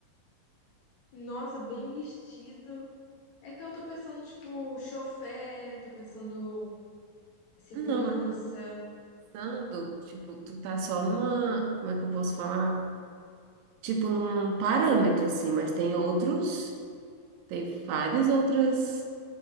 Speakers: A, on the left; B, on the right.
A: Nossa, bem vestido. É que eu tô pensando, tipo, chofer, tô pensando segurança.
B: Não, mas. pensando, tipo, tu tá só numa, como é que eu posso falar? Tipo, num parâmetro, assim, mas tem outros, tem várias outras